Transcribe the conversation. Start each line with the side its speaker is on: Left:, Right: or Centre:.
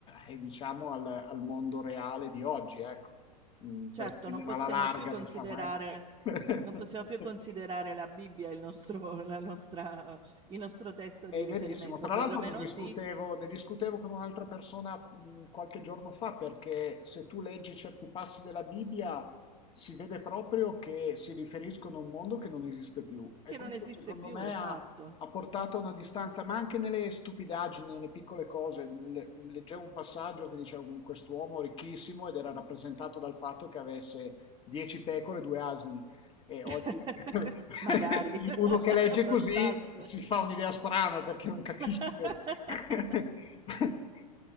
Left: e diciamo, al, al mondo reale di oggi, ecco, Mm,
Right: Certo,
Left: per prendere
Right: non possiamo
Left: alla larga,
Right: più considerare,
Left: diciamo, ecco. <laughs>
Right: non possiamo più considerare la Bibbia il nostro, la nostra, il nostro testo
Left: È
Right: di riferimento,
Left: verissimo. Tra
Right: o perlomeno
Left: l'altro ne discutevo,
Right: sì,
Left: ne discutevo con un'altra persona mh, qualche giorno fa perché se tu leggi certi passi della Bibbia si vede proprio che si riferiscono a un mondo che non esiste più. E
Right: che
Left: questo
Right: non esiste
Left: secondo
Right: più,
Left: me
Right: esatto.
Left: ha, ha portato a una distanza, ma anche nelle stupidaggini, nelle piccole cose. Le- leggevo un passaggio che diceva un- quest'uomo ricchissimo ed era rappresentato dal fatto che avesse 10 pecore e due asini. E oggi
Right: <laughs>
Left: <laughs>
Right: Magari <laughs>
Left: uno che legge così
Right: bastasse.
Left: si fa un'idea strana perché non capisci
Right: <laughs>
Left: che... <laughs>